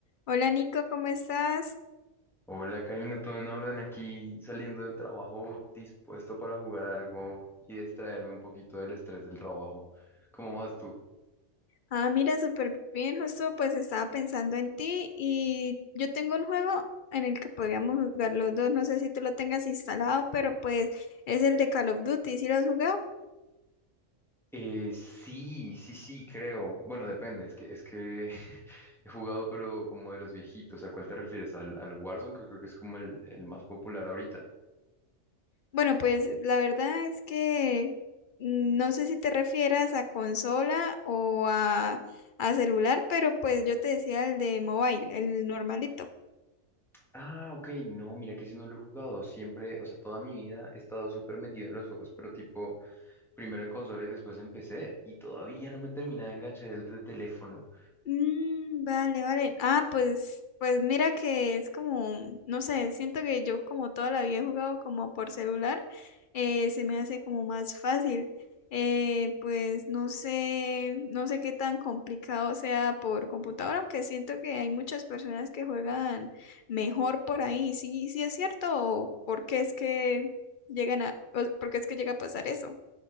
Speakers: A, on the left; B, in the centre.
A: Hola Nico, ¿cómo estás?
B: Hola Karina, todo en orden aquí saliendo del trabajo, dispuesto para jugar algo y distraerme un poquito del estrés del trabajo. ¿Cómo vas tú?
A: Ah, mira, súper bien, justo pues estaba pensando en ti y yo tengo un juego en el que podríamos jugar los dos, no sé si tú lo tengas instalado, pero pues es el de Call of Duty, ¿sí lo has jugado?
B: Eh, sí, sí, sí, creo. Bueno, depende, es que, es que <laughs> he jugado, pero como de los viejitos. ¿A cuál te refieres? ¿Al, al Warzone, que creo que es como el, el más popular ahorita?
A: Bueno, pues la verdad es que no sé si te refieras a consola o a, a celular, pero pues yo te decía el de mobile, el normalito.
B: Ah, ok, no, mira que ese no lo he jugado. Siempre, o sea, toda mi vida he estado súper metido en los juegos, pero tipo, primero en consola y después en PC, y todavía no me termina de enganchar el de teléfono.
A: Mm, vale, vale. Ah, pues, pues mira que es como, no sé, siento que yo como toda la vida he jugado como por celular, eh, se me hace como más fácil. Eh, pues no sé, no sé qué tan complicado sea por computadora, aunque siento que hay muchas personas que juegan mejor por ahí. Sí, sí es cierto, ¿o por qué es que llegan a, o por qué es que llega a pasar eso?